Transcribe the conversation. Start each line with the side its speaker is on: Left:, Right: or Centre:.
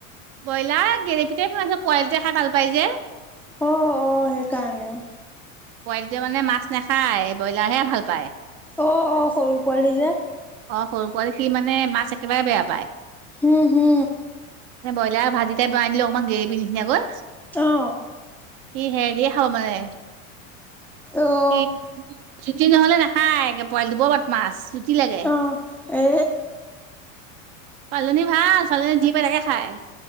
Right: ব্ৰইলাৰ গেৰেপিতেই বনাইছে, পোৱালীটোৱে খাই ভাল পাই যে।
Centre: অ', অ' সেইকাৰণে অ'।
Right: পোৱালিটোৱে মানে মাছ নাখায়, ব্ৰইলাৰহে ভাল পায়।
Centre: অ', অ' সৰু পোৱালি যে।
Right: অ' সৰু পোৱালী, সি মানে মাছ একেবাৰে বেয়া পায়।
Centre: হু হু।
Right: ব্ৰইলাৰ ভাজিটাইপ বনাই দিলোঁ অকমান গ্ৰেভি নিচিনাকৈ।
Centre: অ'।
Right: ই হেৰিৰে খাব মানে।
Centre: অ'।
Right: ই জুতি নহ'লে নাখায়, একে পোৱালিটো বৰ বত মাছ জুতি লাগে?
Centre: অ এ
Right: ছোৱালীজনী ভাল ছোৱালীজনী যি পায় তাকে খায়।